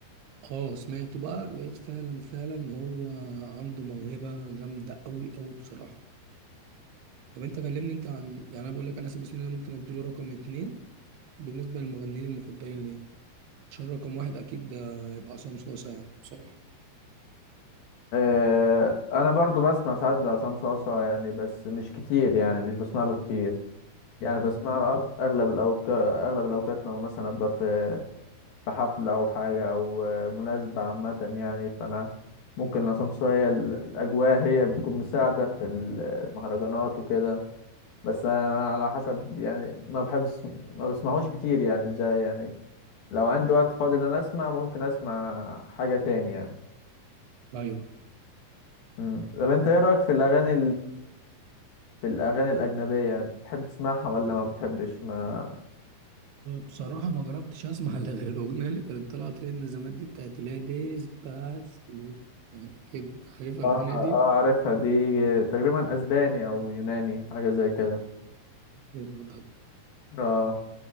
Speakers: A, on the right; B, on the left.
A: آه سمعته بقى لقيت فعلا فعلا هو عنده موهبة جامدة أوي أوي بصراحة طب أنت كلمني أنت عن يعني أنا بقول لك أنس أبو سنينة ممكن أديله رقم اتنين بالنسبة للمغنيين المفضلين ليا عشان رقم واحد أكيد ده يبقى عصام صاصا يعني بصراحة
B: آه، انا برضو بسمع ساعات لعصام صاصا يعني بس مش كتير يعني مش بسمع له كتير يعني بسمع له أغ- اغلب الاوقات اغلب الاوقات لما مثلا ابقى في في حفله او حاجه او آه، مناسبه عامه يعني فانا ممكن عصام صاصا هي ال- الاجواء هي بتكون مساعده في ال- المهرجانات وكده بس انا على حسب يعني ما بحبش ما بسمعوش كتير يعني زي يعني لو عندي وقت فاضي ان انا اسمع ممكن اسمع حاجه تاني يعني
A: أيوه
B: مم. طب انت ايه رايك في الاغاني في الأغاني الأجنبية يعني بتحب تسمعها ولا ما بتحبش ما
A: بصراحة ما جربتش أسمع إلا غير الأغنية اللي كانت طالعة ترند زمان دي بتاعت اللي هي ديسباسيتو يعني كده عارف الأغنية
B: اه
A: دي
B: اه عارفها دي تقريبا أسباني أو يوناني حاجة زي كده
A: النهارده
B: اه